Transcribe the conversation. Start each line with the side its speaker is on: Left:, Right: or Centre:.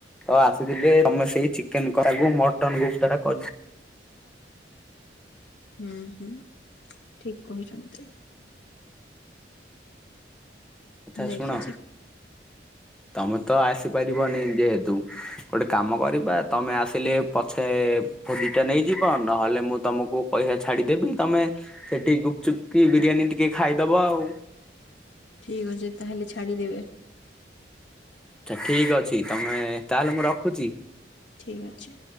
Centre: ତ ଆ ଯିବେ ତମେ ସେଇ ଚିକେନ କସାକୁ ମଟନ୍ ଗୁପ୍ତା ଟା କରି
Left: ହୁଁ, ହୁଁ, ଠିକ୍ କହୁଛନ୍ତି।
Centre: କଥା
Left: ଯାଇକି
Centre: ଶୁଣ ତମେ ତ ଆସିପାରିବନି ଯେହେତୁ ଗୋଟେ କାମ କରିବା ତମେ ଆସିଲେ ପଛେ କୋବିଟା ନେଇଯିବ, ନହେଲେ ମୁଁ ତମକୁ ପଇସା ଛାଡିଦେବି ତମେ ସେଠି ଗୁପଚୁପ୍ କି ବିରିୟାନୀ ଟିକେ ଖାଇଦବ ଆଉ।
Left: ଠିକ୍ ଅଛି ତାହେଲେ ଛାଡିଦେବେ।
Centre: ଆଚ୍ଛା, ଠିକ୍ ଅଛି ତମେ ତାହେଲେ ମୁଁ ରଖୁଛି।
Left: ଠିକ୍ ଅଛି।